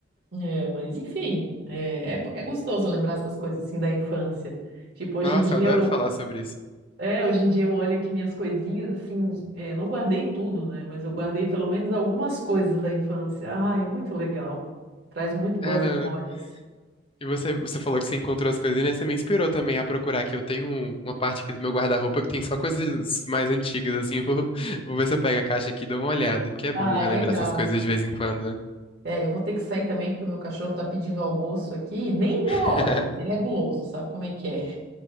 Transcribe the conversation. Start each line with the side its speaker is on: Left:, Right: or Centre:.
Right: É, mas enfim, é, é, é gostoso lembrar essas coisas assim da infância. Tipo, hoje
Left: Nossa,
Right: em dia
Left: eu adoro
Right: eu
Left: falar sobre isso.
Right: é, hoje em dia eu olho aqui minhas coisinhas, assim, é, não guardei tudo, né? Mas eu guardei pelo menos algumas coisas da infância. Ai, é muito legal. Traz muito
Left: É,
Right: boas
Left: não.
Right: memórias.
Left: E você, você falou que você encontrou as coisas, né? Você me inspirou também a procurar aqui. Eu tenho um- uma parte aqui do meu guarda-roupa que tem só coisas mais antigas, assim. Eu vou, vou ver se eu pego a caixa aqui e dou uma olhada, porque é
Right: Ah,
Left: bom relembrar
Right: é legal.
Left: essas coisas de vez em quando, né?
Right: É, eu vou ter que sair também porque o meu cachorro tá pedindo almoço aqui. Nem deu
Left: <laughs>
Right: a hora, mas ele é guloso, sabe como é que é?